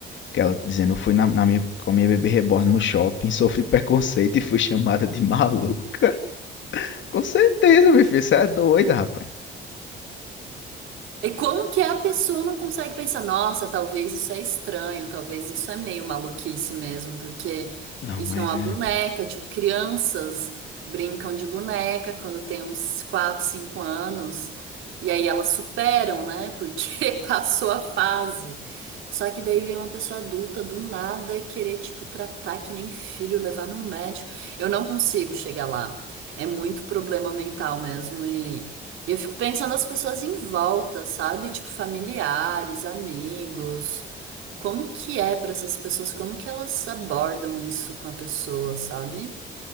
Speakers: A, on the left; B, on the right.
A: que ela dizendo, eu fui na, na minha, com a minha bebê reborn no shopping, <laughs> sofri preconceito e fui chamada de maluca. <laughs> Com certeza, meu filho, você é doida, rapaz.
B: E como que a pessoa não consegue pensar, nossa, talvez isso é estranho, talvez isso é meio maluquice mesmo, porque
A: Não,
B: isso
A: mas
B: é uma
A: é.
B: boneca, tipo, crianças brincam de boneca quando tem uns 4, 5 anos, e aí elas superam, né? Porque <laughs> passou a fase. Só que daí vem uma pessoa adulta do nada querer, tipo, tratar que nem filho, levar no médico. Eu não consigo chegar lá. É muito problema mental mesmo. E, e eu fico pensando as pessoas em volta, sabe? Tipo, familiares, amigos. Como que é pra essas pessoas? Como que elas abordam isso com a pessoa, sabe?